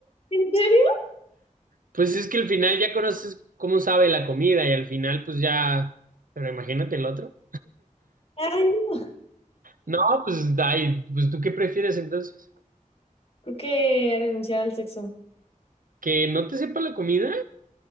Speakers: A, on the left; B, on the right.
A: ¿En serio?
B: Pues es que al final ya conoces cómo sabe la comida y al final pues ya, pero imagínate el otro.
A: Ay, no.
B: No, pues, ay, pues, ¿tú qué prefieres entonces?
A: Creo que renunciar al sexo.
B: ¿Que no te sepa la comida?